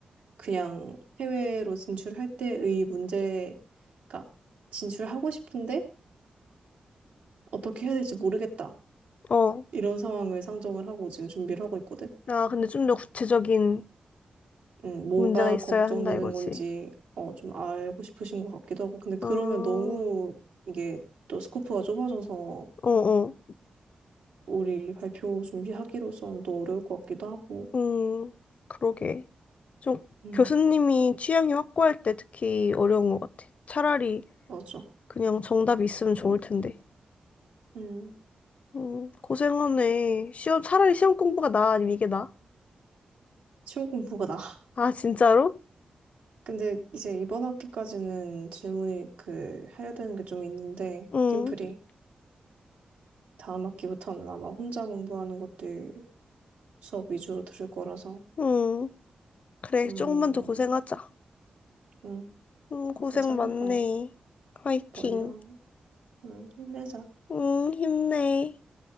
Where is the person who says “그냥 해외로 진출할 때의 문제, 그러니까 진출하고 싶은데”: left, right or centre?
Right